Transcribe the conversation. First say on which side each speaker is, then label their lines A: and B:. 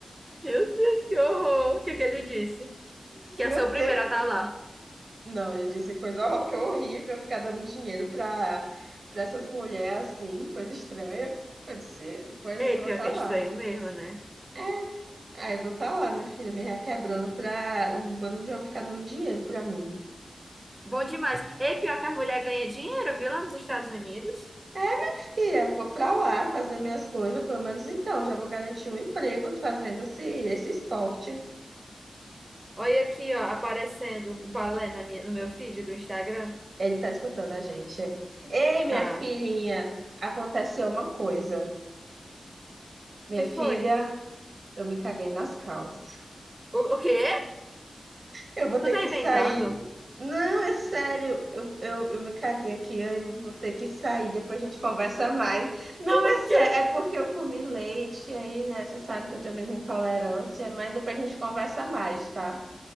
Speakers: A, on the right; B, on the right.
A: Meu Deus, que horror! O que que ele disse?
B: Eu disse,
A: Que
B: meu
A: ia ser o primeiro
B: Deus.
A: a estar lá.
B: Não, ele disse coisa hor- que horrível, ficar dando dinheiro pra, pra essas mulheres assim, coisa estranha. Pode ser, pois
A: Ei,
B: eu vou
A: pior
B: estar
A: que é
B: lá.
A: estranho mesmo, né?
B: É, Aí eu vou estar lá, minha filha, me requebrando pra um bando de homem ficar dando dinheiro pra mim.
A: Bom demais. Ei, pior que as mulheres ganham dinheiro, viu, lá nos Estados Unidos?
B: É, Filha, vou pra lá fazer minhas coisas, pelo menos então, já vou garantir um emprego fazendo esse, esse esporte.
A: Olha aqui, ó, aparecendo o balé na minha, no meu feed do Instagram.
B: Ele tá escutando a gente. Ei, minha
A: Tá.
B: filhinha, aconteceu uma coisa. Minha
A: Que
B: filha,
A: foi?
B: eu me caguei nas calças.
A: O, o quê?
B: Eu vou ter
A: Tu tá
B: que
A: inventando?
B: sair.
A: <laughs>
B: Não, é sério. Eu, eu, eu me caguei aqui, aí eu vou ter que sair. Depois a gente conversa mais. Não, é
A: O
B: sério.
A: quê?
B: É porque eu comi leite aí, né? Você sabe que eu tenho minhas intolerâncias, mas depois a gente conversa mais, tá?